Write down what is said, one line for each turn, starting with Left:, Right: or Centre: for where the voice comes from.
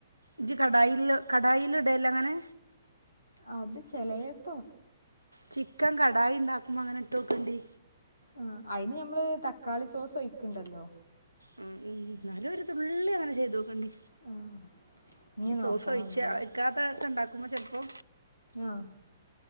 Right: ഇജ് കടായിൽ കടായിലിടല്ലേ അങ്ങനെ
Left: അത് ചെലേപ്പാ
Right: ചിക്കൻ കടായി ഇണ്ടാക്കുമ്പോ അങ്ങനെ ട്ടോക്കണ്ടി
Left: ആ അയിന് ഞമ്മള് തക്കാളി സോസ് ഒയിക്ക്ണ്ടല്ലോ
Right: ഉം ഉം ന്നാലും ഒരു തുള്ളി അങ്ങനെ ചെയ്തോക്കണ്ടി
Left: ആഹ് ഇനി നോക്കണം
Right: സോസ് ഒഴിച്ചാ
Left: എന്നാല്
Right: ക്കാത ഇണ്ടാക്ക ഉമ്മ ചെലപ്പോ
Left: ആഹ്